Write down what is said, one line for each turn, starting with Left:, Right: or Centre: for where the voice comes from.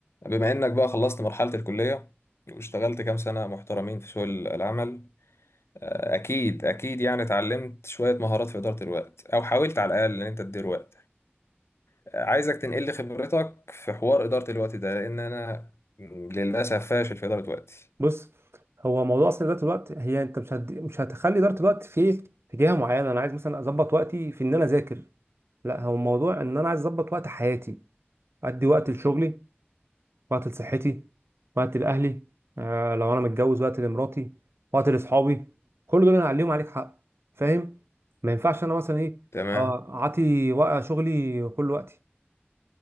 Left: بما انك بقى خلصت مرحلة الكلية واشتغلت كام سنة محترمين في سوق ال- العمل آه، اكيد اكيد يعني اتعلمت شوية مهارات في إدارة الوقت او حاولت على الاقل ان انت تدير وقت آه، عايزك تنقل لي خبرتك في حوار إدارة الوقت ده لان انا للاسف فاشل في إدارة وقتي
Right: بص هو موضوع اصلا اداره الوقت هي انت مش هد... مش هتخلي اداره الوقت في في جهه معينه انا عايز مثلا اظبط وقتي في ان انا اذاكر لا هو الموضوع ان انا عايز اظبط وقت حياتي ادي وقت لشغلي وقت لصحتي وقت لاهلي آه لو انا متجوز وقت لمراتي وقت لاصحابي كل دول انا عليهم عليك حق فاهم ما ينفعش انا مثلا ايه
Left: تمام
Right: آه، اعطي وق- شغلي كل وقتي